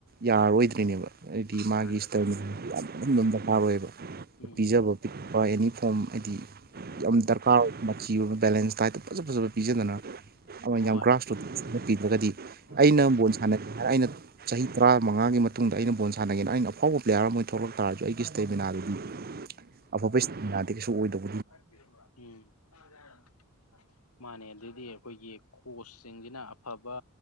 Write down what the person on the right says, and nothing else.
ꯌꯥꯔꯔꯣꯏꯗ꯭ꯔꯤꯅꯦꯕ ꯍꯥꯏꯗꯤ
ꯃꯥꯒꯤ ꯏꯁ꯭ꯇꯔꯃꯤꯅꯥ ꯑꯗꯨ ꯑꯗꯨꯝ ꯗꯔꯀꯥꯔ ꯑꯣꯏꯌꯦꯕ
ꯄꯤꯖꯕ ꯄꯤꯛꯄ ꯑꯦꯅꯤ ꯐꯣꯝ ꯍꯥꯏꯗꯤ
ꯌꯥꯝ ꯗꯔꯀꯥꯔ ꯊꯥꯎ ꯃꯆꯤꯒꯨꯝꯕ ꯕꯦꯂꯦꯟꯁ ꯗꯥꯏꯠꯇ ꯐꯖ ꯐꯖꯕ ꯄꯤꯖꯗꯅ
ꯌꯥꯝ ꯒ꯭ꯔꯥꯁꯔꯨꯠ ꯄꯤꯗ꯭ꯔꯒꯗꯤ ꯑꯩꯅ
ꯕꯣꯜ ꯁꯥꯟꯅ ꯑꯩꯅ ꯆꯍꯤ ꯇꯔꯥꯃꯉꯥꯒꯤ ꯃꯇꯨꯡꯗ ꯑꯩꯅ ꯕꯣꯜ ꯁꯥꯟꯅꯒꯦꯅ ꯑꯩꯅ ꯑꯥꯎꯕ ꯄ꯭ꯂꯦꯌꯥꯔ ꯑꯃ ꯑꯣꯏꯅ ꯊꯣꯛꯂꯛ ꯇꯥꯔꯁꯨ ꯑꯩꯒꯤ ꯏꯁꯇꯦꯃꯤꯅꯥꯗꯨꯗꯤ ꯑꯐꯕ ꯏꯁꯇꯦꯃꯤꯅꯥꯗꯤ ꯀꯩꯁꯨ ꯑꯣꯏꯗꯕ